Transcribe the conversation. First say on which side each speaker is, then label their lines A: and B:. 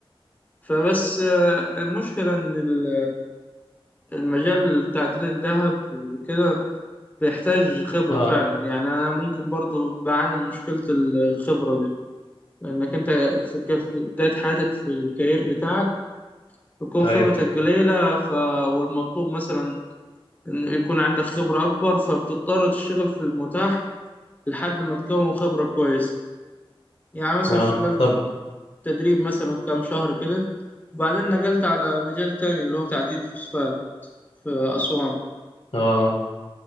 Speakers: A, on the left; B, on the left.
A: فبس آه، المشكلة إن ال- المجال تعدين الذهب وكده بيحتاج خبرة
B: اه
A: فعلا يعني أنا ممكن برضه بعاني من مشكلة ال- الخبرة دي لأنك أنت في كف- في بداية حياتك في الكارير بتاعك بتكون
B: ايوه
A: خبرتك قليلة ف... والمطلوب مثلا إن يكون عندك خبرة أكبر فبتضطر تشتغل في المتاح لحد ما تكون خبرة كويسة يعني مثلا
B: اه
A: اشتغلت
B: طب
A: تدريب مثلا كام شهر كده وبعدين نقلت على مجال تاني اللي هو تعديل فوسفات في أسوان
B: اه